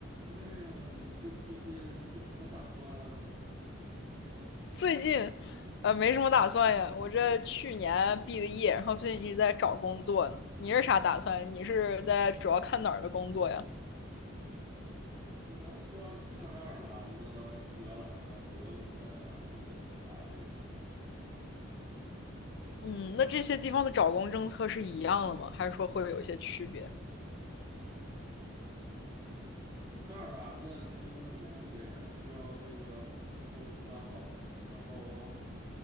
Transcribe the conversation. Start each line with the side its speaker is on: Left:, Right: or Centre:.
Right: 哎呀，你这最近有什么打算啊？
Left: 最近呃没什么打算呀，我这去年毕的业，然后最近一直在找工作呢。你是啥打算？你是在主要看哪儿的工作呀？
Right: 我主要就看爱尔兰呢、荷兰啊、德国呀，或者其他的也行。
Left: 嗯，那这些地方的找工政策是一样的吗？还是说会有一些区别？
Right: 爱尔兰呢，其实更严格一点儿，它需要这个公司担保。然后